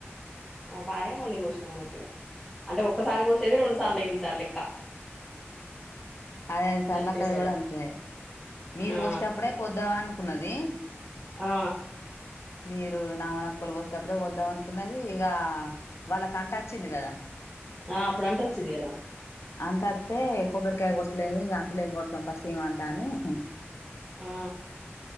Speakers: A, in the centre; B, on the left.
A: ఆ కాయ మళ్ళీ కోసినం అన్నట్టుగా అంటే ఒక్కసారి కోసేది రెండు సార్లు అయింది ఈ సారి లెక్క
B: అదే సర్లక్కది
A: గంతే తేడా
B: కూడా అంతే మీరు
A: ఆ
B: కొషేటప్పుడే కొద్దామనుకున్నది.
A: ఆ
B: మీరు నాగమనక్కోలు కొసేటప్పుడే కోద్దాం అనుకున్నది ఇక వాళ్ళ కంటచ్చింది కదా
A: ఆ అప్పుడు అంట వచ్చింది కదా
B: అంత అంతే కొబ్బరికాయ కొట్టలేదు ఇక అంటులు ఏం కొడతాం పసిమఅంతా అని అ
A: ఆ